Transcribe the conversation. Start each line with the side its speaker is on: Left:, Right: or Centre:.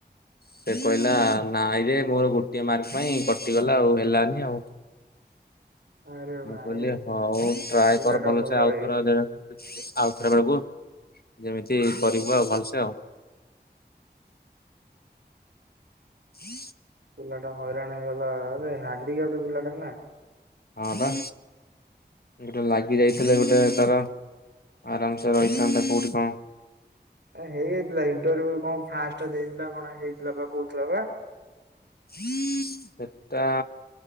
Left: ସେ କହିଲା ନାଇଁ ରେ ମୋର ଗୋଟିଏ ମାର୍କ ପାଇଁ କଟିଗଲା ଆଉ ହେଲାନି ଆଉ
Right: ଆରେ ଭାଇ
Left: ମୁଁ କହିଲି ହଉ ଟ୍ରାଏ
Right: ପିଲାଟା
Left: କର ଭଲସେ
Right: ଭଲ
Left: ଆଉଥର
Right: ଏଇ
Left: ଆଉ ଥରେ ବେଳକୁ ଯେମିତି କରିବୁ ଆଉ ଭଲସେ ଆଉ ହି
Right: ପିଲାଟା ହଇରାଣ ହେଇଗଲା ଏବେ ହାଣ୍ଡିିକାପ୍ ପିଲାଟା ନା
Left: ହଁ ପା ଗୋଟେ ଲାଗି ଯାଇଥିଲେ ଗୋଟେ ତାର ଆରାମସେ ରହିଥାନ୍ତା କୋଉଠି କଣ
Right: ହେଇଯାଇଥିଲା ଇଣ୍ଟରୁଭୁ କଣ ଫାଷ୍ଟେ ଦେଇଥିଲା କଣ ହେଇଥିଲା ବା କହୁଥିଲା ବା
Left: ହୁଁ ସେଟା